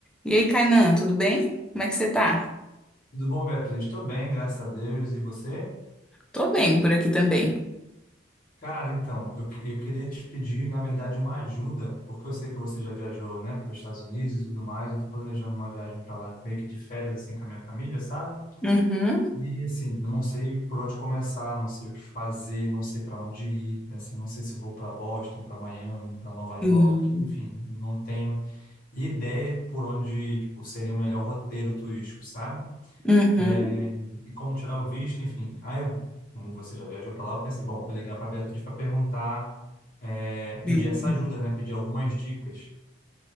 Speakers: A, in the centre; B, on the left.
A: E aí, Kainan, tudo bem? Como é que você tá?
B: Tudo bom, Beatriz? Estou bem, graças a Deus. E você?
A: Tô bem por aqui também.
B: Cara, então, eu, eu queria te pedir, na verdade, uma ajuda, porque eu sei que você já viajou, né, para os Estados Unidos e tudo mais. Eu estou planejando uma viagem para lá, meio que de férias, assim, com a minha família, sabe?
A: Uhum.
B: E, assim, eu não sei por onde começar, não sei o que fazer, não sei para onde ir, né, assim, não sei se eu vou para Boston, para Miami, para Nova York,
A: Sim.
B: enfim, não tenho ideia por onde, tipo, seria o melhor roteiro turístico, sabe?
A: Uhum.
B: É, e como tirar o visto, enfim. Aí, eu, como você já viajou para lá, eu pensei, bom, vou ligar para Beatriz para perguntar, é, pedir
A: Sim.
B: essa ajuda, né? Pedir algumas dicas.